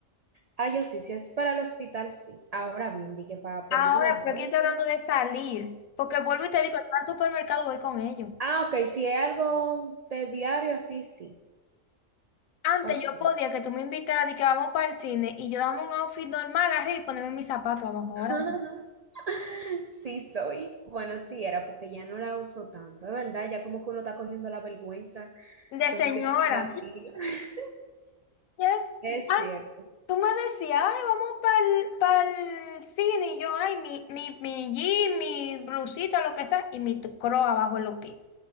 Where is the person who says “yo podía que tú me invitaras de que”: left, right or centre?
Left